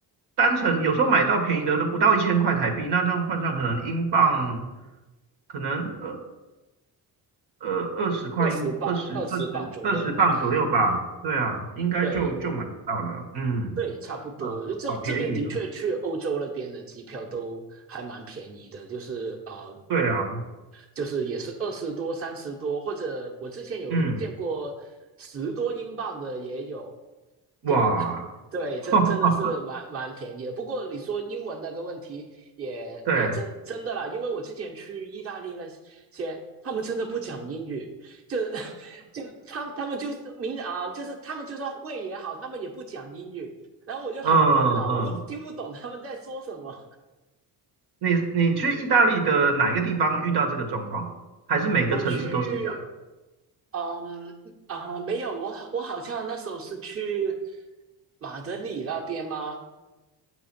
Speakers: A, on the right; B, on the right.
A: 单程有时候买到便宜的都不到一千块台币，那这样换算可能英镑可能二二二十块英二十二十二十磅左右吧。
B: 二十磅二十磅左右应该，
A: 对啊，应该就就买到了。
B: 对
A: 嗯，
B: 对，差不多。
A: 呃好便宜啊。
B: 这这边的确去欧洲那边的机票都还蛮便宜的，就是呃
A: 对啊，
B: 就是也是二十多、三十多，或者我之前有见过十多英镑的也有，
A: 嗯，哇，
B: 就 <laughs> 对，真真的是蛮蛮便宜的。
A: <laughs>
B: 不过你说英文那个问题也也真真的啦，
A: 对，
B: 因为我之前去意大利那些，他们真的不讲英语，就 <laughs> 就他他们就是明啊，就是他们就算会也好，他们也不讲英语。然后我就很困扰，
A: 嗯
B: 我都听不懂他们在说什么。
A: 嗯，你你去意大利的哪一个地方遇到这个状况？还是每个城市都是这样？
B: 我去嗯啊，没有，我我好像那时候是去马德里那边吗？